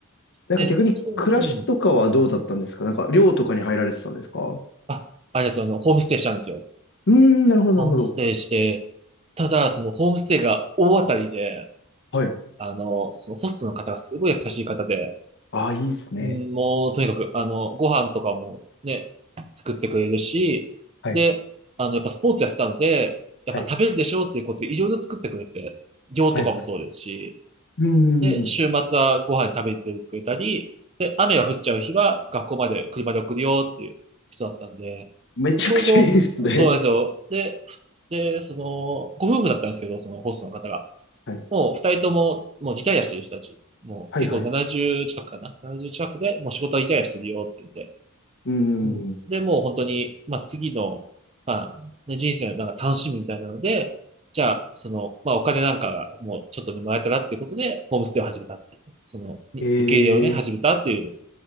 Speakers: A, on the left; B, on the right.
A: なんか逆に、
B: で、そう、
A: 暮らしとかはどうだったんですかなんか、
B: うん。
A: 寮とかに入られてたんですかう
B: あ、あれですよ、あの、ホームステイしたんですよ。
A: ーん、なるほど、
B: ホームステイして、
A: なるほど。
B: ただ、そのホームステイが大当たりで、
A: はい。
B: あの、そのホストの方がすごい優しい方で、
A: ああ、いいですね。
B: うんもう、とにかく、あの、ご飯とかもね、作ってくれるし、
A: はい、
B: で、あの、やっぱスポーツやってたので、やっぱ食べるでしょうっていうことでいろいろ作ってくれて、
A: はい、
B: 量とかもそうですし、
A: はい、はい。うー
B: で、
A: ん、
B: 週末はご飯食べに連れてくれたり、で、雨が降っちゃう日は学校まで車で送るよっていう人だったんで、
A: めちゃくちゃいいですね。
B: ちょうど、そうなんですよ。で、ふで、その、ご夫婦だったんですけど、そのホストの方が。
A: はい、
B: もう二人とも、もうリタイアしてる人たち。もう結構70近くかな。
A: はい、はい。
B: 70近くで、もう仕事はリタイアしてるよって言って。
A: うーん、
B: うん。で、もう本当に、まあ、次の、まあ、ね、人生のなんか楽しみみたいなので、じゃあ、その、まあ、お金なんかがもうちょっとでもらえたらっていうことで、ホームステイを始めたっていう、その、に受け入れをね、
A: え
B: 始めたっていう
A: え、